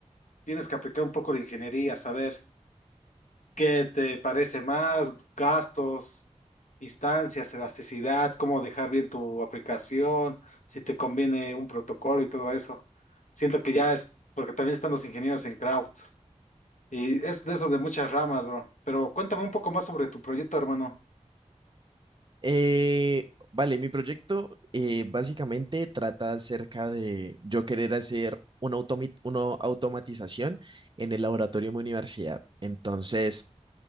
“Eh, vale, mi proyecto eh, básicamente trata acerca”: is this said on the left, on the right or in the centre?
Right